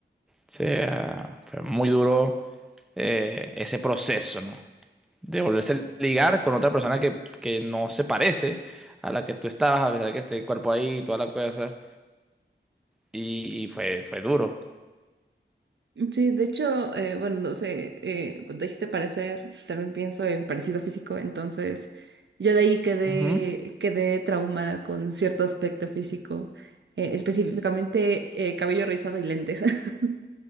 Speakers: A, in the centre; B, on the right (about 70°).
A: O sea, fue muy duro eh, ese proceso, ¿no? De volverse a ligar con otra persona que, que no se parece a la que tú estabas, a pesar de que esté el cuerpo ahí, toda la cosa. Y, y fue, fue duro.
B: Sí, de hecho, eh, bueno, no sé, eh, cuando dijiste parecer, también pienso en parecido físico, entonces yo de ahí quedé,
A: Ujú.
B: quedé traumada con cierto aspecto físico, eh, específicamente eh, cabello rizado y lentes. <laughs>